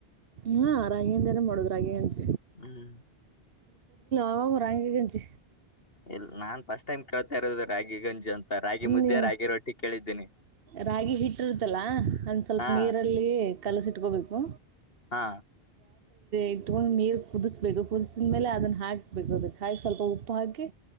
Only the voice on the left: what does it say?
ಹ್ಮ್
ಇಲ್ಲ ನಾನ್ ಫಸ್ಟ್ ಟೈಮ್ ಕೇಳ್ತಾ ಇರೋದು ರಾಗಿ ಗೇಜ್ ಅಂತ ರಾಗಿ ಮುದ್ದೆ
ರಾಗಿ ರೊಟ್ಟಿ ಕೇಳಿದ್ದೀನಿ
ಹಾ
ಹಾ